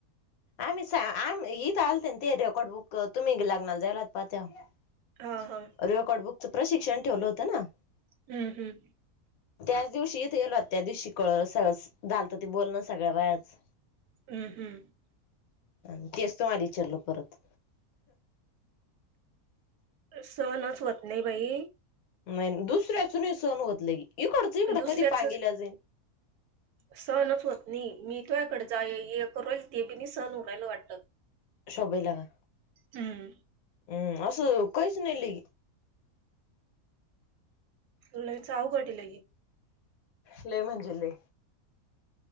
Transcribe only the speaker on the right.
हा हा
हम्म हम्म
हम्म हम्म
सहनच होत नाही बाई.
दुसऱ्याच
सहनच होत नाही, मी तूयाकडे जाय ये करल ते बी नाय सहन हू राहायल वाटतं.
हम्म
लयच अवघड <unintelligible>